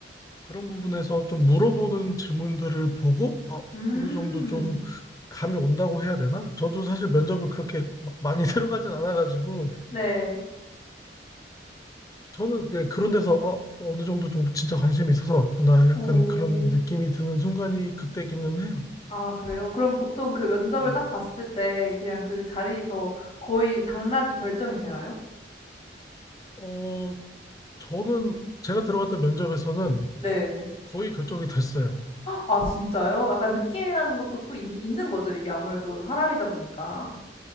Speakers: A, on the left; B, on the left.
A: 그런 부분에서 좀 물어보는 질문들을 보고, 아,
B: 음.
A: 어느 정도 좀 감이 온다고 해야 되나? 저도 사실 면접을 그렇게 막 많이 <laughs> 들어가진 않아가지고,
B: 네.
A: 저는 그 그런 데서, 아, 어느 정도 좀 진짜 관심이 있어서 왔구나. 약간
B: 오.
A: 그런 느낌이 드는 순간이 그때기는 해요.
B: 아 그래요? 그럼 보통 그 면접을
A: 네.
B: 딱 봤을 때 그냥 그 자리에서 거의 당락이 결정이 되나요?
A: 어, 저는 제가 들어갔던 면접에서는
B: 네.
A: 거의 결정이 됐어요.
B: 아 진짜요? 약간 느낌이라는 것도 또 있 있는 거죠, 이게 아무래도 사람이다 보니까.